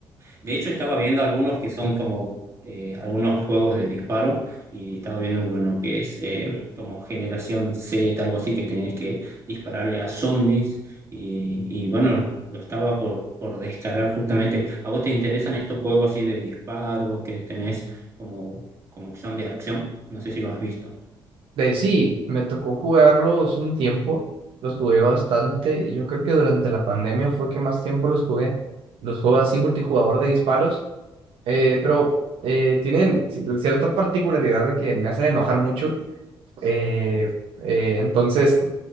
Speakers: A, on the right (about 30°); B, on the right (about 80°).
A: De hecho, estaba viendo algunos que son como eh, algunos juegos de disparo y estaba viendo uno que es eh, como Generación Z, algo así, que tenés que dispararle a zombies y, y bueno, lo estaba por, por descargar justamente. ¿A vos te interesan estos juegos así de disparo que tenés como, como que son de acción? No sé si lo has visto.
B: De sí, me tocó jugarlos un tiempo. Los jugué bastante. Yo creo que durante la pandemia fue que más tiempo los jugué los juegos así multijugador de disparos, Eh, pero eh, tienen ci- cierta particularidad de que me hacen enojar mucho. eh, eh, entonces